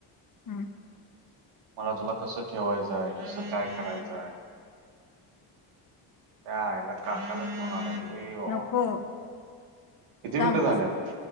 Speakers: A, on the left; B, on the right.
A: हम
B: मला तुला कसं ठेवायचंय, कसं काय करायचंय? च्यायला काकाचा फोन आलाय बघ अ वा
A: नको
B: वा किती
A: थांब
B: मिनिटं झाल्यात.